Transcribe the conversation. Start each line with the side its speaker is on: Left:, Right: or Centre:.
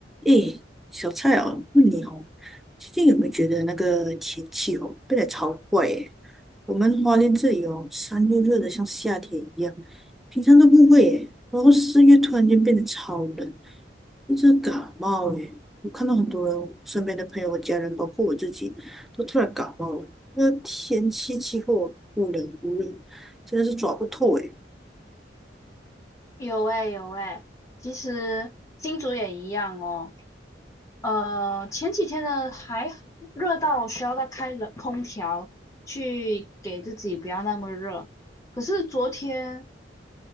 Centre: 诶，小蔡哦，问你哦，最近有没有觉得那个天气哦变得超怪诶？我们花莲这里哦，三月热得像夏天一样，平常都不会诶，然后四月突然间变得超冷，一直感冒诶。我看到很多人身边的朋友、家人，包括我自己，都突然感冒了。那天气气候忽冷忽热，真的是抓不透诶。
Left: 有哎、有哎、其实金竹也一样哦。呃，前几天呢还热到需要再开冷空调去给自己不要那么热，可是昨天